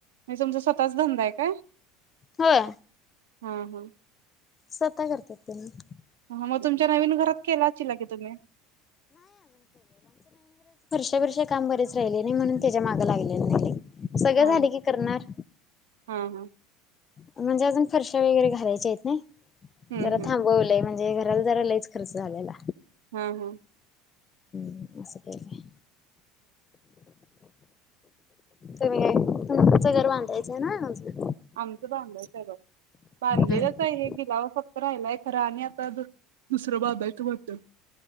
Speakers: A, on the right (about 80°); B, on the left (about 30°).
A: म्हणजे तुमचा, स्वतःचा धंदाआहे काय?
B: होय!
A: हा हा
B: सर काय <unintelligible>
A: अहमद तुमच्या नवीन, घरात केला अचिला की तुम्ही?
B: ह्या वर्षी हे काम बरेच राहिले नी म्हणून त्याच्या माग लागले नाहीये. सगळं
A: हा
B: झाल की करणार
A: हा हा हा
B: म्हणजे अजून फरश्या वगैरे घालायचेत नाई?
A: हम्म
B: जरा
A: हम्म
B: थांबवलंय म्हण. त्या घराला जरा लईच खर्च झालेला.
A: हा हा!
B: अस काय नई. तुम्ही काय तुमचं घर बांधायचं हाय ना?
A: आमचं बांधायचं आहे बघ बांधलेलंच
B: हम्म
A: आहे हे गिलाव फक्त राहिलाय खरां, आणि आता दुसरं बाधांयच म्हणत्यात.